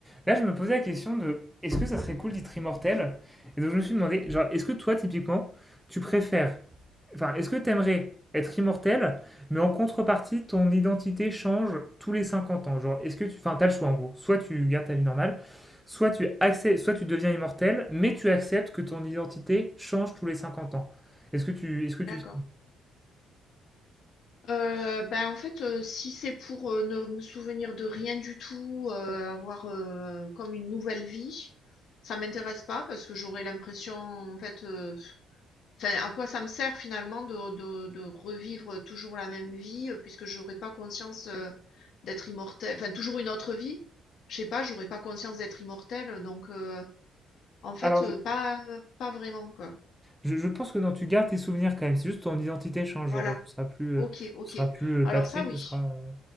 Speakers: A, in the centre; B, on the left (about 65°).
A: Là, je me posais la question de est-ce que ça serait cool d'être immortel Et donc, je me suis demandé, genre, est-ce que toi, typiquement, tu préfères. Enfin, est-ce que t'aimerais être immortel, mais en contrepartie, ton identité change tous les cinquante ans Genre, est-ce que tu. Enfin, t'as le choix, en gros. Soit tu gardes ta vie normale, soit tu, accè- soit tu deviens immortel, mais tu acceptes que ton identité change tous les 50 ans. Est-ce que tu. Est-ce que tu...
B: D'accord. Heu, bah, en fait, heu, si c'est pour, heu, ne me souvenir de rien du tout, heu, avoir, heu, comme une nouvelle vie, ça m'intéresse pas parce que j'aurais l'impression, en fait, heu, enfin, à quoi ça me sert finalement de de de revivre toujours la même vie, heu, puisque j'aurais pas conscience, heu, d'être immortel, enfin, toujours une autre vie? Je sais pas, j'aurais pas conscience d'être immortel donc heu, en fait,
A: Alors,
B: heu,
A: je,
B: pas pas vraiment, quoi.
A: je- je pense que non, tu gardes tes souvenirs quand même. C'est juste ton identité change.
B: Voilà.
A: Genre, tu seras plus,
B: OK,
A: euh,
B: OK.
A: tu seras plus
B: Alors
A: euh, Patrick,
B: ça, oui.
A: tu seras. euh,